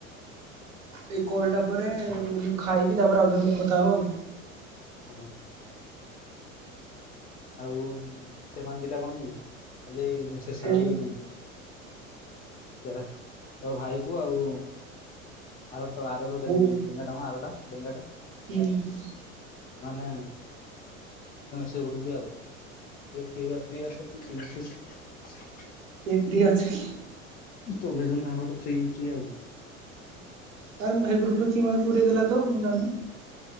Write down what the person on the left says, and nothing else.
ହଁ। ଆଉ ସେମାନେ ଦିଟା କଣ କି ଖାଲି ମେସେଜ ଛଡା
ଛୁଡି ହେଉଛ <unintelligible> ତ ଭାଇକୁ ଆଉ। <unintelligible> ଆର ଯୋଉ
ଆରଟା ଡେଙ୍ଗାଟା
ମାନେ କହୁଛନ୍ତି ଆଉ ଯେଉ ଫ୍ରି। <inaudible>
ଚଲେଇଚନ୍ତି ତାଙ୍କର ଗୋଟେ ଫ୍ରି ଫ୍ରି ଆଉ।